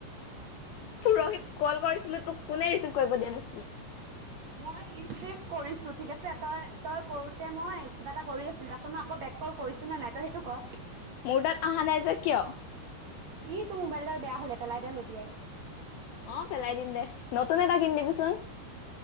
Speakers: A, on the left (about 75°); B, on the right (about 60°).
A: ৰহিব কল কৰিছিলে তোক, কোনে ৰিচিভ কৰিব দিয়া নাছিলে?
B: মই ৰিচিভ কৰিছো ঠিক আছে, তই তই কৰোতে মই কিবা এটা কৰি আছিলো। তাৰছত আকৌ এক কল কৰিছো নে নাই, তই সেইটো ক?
A: মোৰ তাত অহা নাই যে কিয়?
B: ই তোৰ মোবাইলডাল বেয়া হলে পেলাই দে লদিয়াই।
A: অ, পেলাই দিম দে। নতুন এটা কিন দিবিচুন।